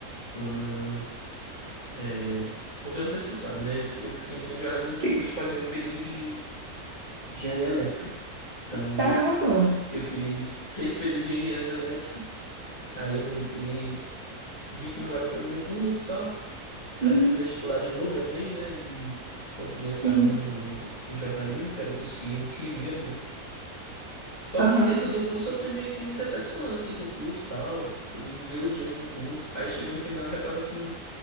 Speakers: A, on the left; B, on the right.
A: quando. é, porque eu não sei se tu sabe, né? Eu, eu entrei em jornalismo
B: Sim.
A: depois de fazer um período de engenharia elétrica. Então
B: Caramba.
A: eu, eu fiz três períodos de engenharia elétrica, aí eu meio que vi que não era para mim o curso e tal. Aí
B: Uhum,
A: fiz vestibular de novo, Enem, né? E consegui entrar
B: sim.
A: no, em jornalismo, que era o curso que eu queria mesmo. Só
B: Aham.
A: que dentro do curso eu fui meio que me decepcionando assim com o curso e tal, fui me desiludindo com o curso. Aí chegou no final eu já tava assim,